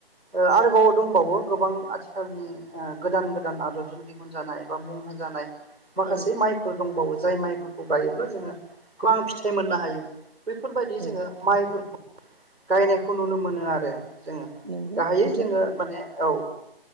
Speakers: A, on the right; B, on the right.
A: ओ आरोबाव दंबावो गोबां आथिखालनि ओ गोदान गोदान आदबजों दिहुन जानाय बा मुं होजानाय। माखासे
B: औ
A: माइफोर दंबावो जाय माइफोरखौ गायोब्ला जोङो गोबां फिथाइ मोननो हायो। बैफोरबायदि
B: औ
A: जोङो माइफोरखौ गायनायखौ नुनो मोनो आरो जोङो।
B: नंगौ
A: गाहायै
B: नोंथां
A: जोङो माने औ